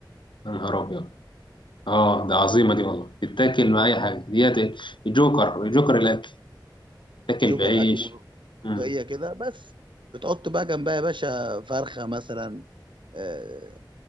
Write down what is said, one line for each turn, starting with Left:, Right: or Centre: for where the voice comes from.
Left: يا نهار ابيض اه ده عظيمه دي والله تتاكل مع اي حاجه ديت الجوكر الجوكر الاكل تاكل
Right: جوجر
Left: بعيش
Right: اكل ملوخيه
Left: امم
Right: كده بس بتحط بقى جنبها يا باشا فرخه مثلا آه،